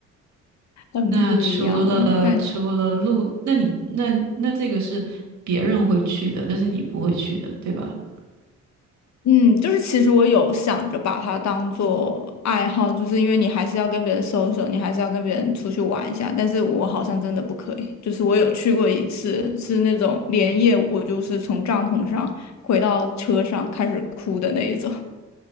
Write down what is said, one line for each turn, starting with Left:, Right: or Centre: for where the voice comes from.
Left: 很不一样，
Right: 那除了除了路，
Left: 感。
Right: 那你那那这个是别人会去的，但是你不会去的，对吧？
Left: 嗯，就是其实我有想着把它当做爱好，就是因为你还是要跟别人 social，你还是要跟别人出去玩一下。但是我好像真的不可以，就是我有去过一次，是那种连夜我就是从帐篷上回到车上开始哭的那一种，